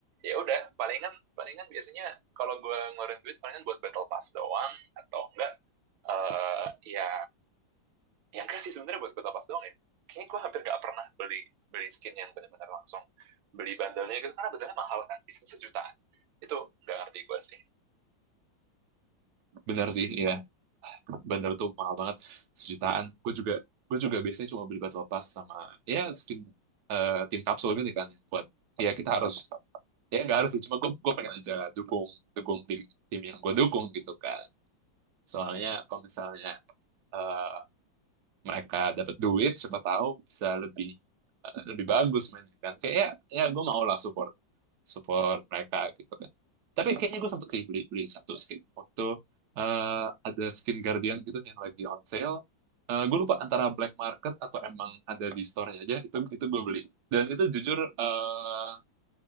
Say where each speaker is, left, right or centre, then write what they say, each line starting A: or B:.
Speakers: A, on the right (about 90°); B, on the right (about 60°).
A: ya udah palingan palingan biasanya kalau gue ngeluarin duit palingan buat battle pass doang atau enggak eh ya yang enggak sih sebenarnya buat battle pass doang ya kayaknya gue hampir nggak pernah beli beli skin yang benar-benar langsung beli bandelnya gitu karena bandelnya mahal kan bisa sejutaan itu nggak ngerti gue sih
B: benar sih ya bandar tuh mahal banget sejutaan gue juga gue juga biasanya cuma beli batu lepas sama ya skin eh, tim kapsul gini kan yang buat ya kita harus ya nggak harus sih cuma gue gue pengen aja dukung dukung tim tim yang gue dukung gitu kan soalnya kalau misalnya eh, mereka dapat duit siapa tahu bisa lebih eh, lebih bagus mainnya kan kayak ya, ya gue mau lah support support mereka gitu kan tapi kayaknya gue sempet sih beli beli satu skin waktu eh, ada skin Guardian gitu yang lagi on sale Eh, gue lupa antara black market atau emang ada di store-nya aja itu itu gue beli dan itu jujur eh,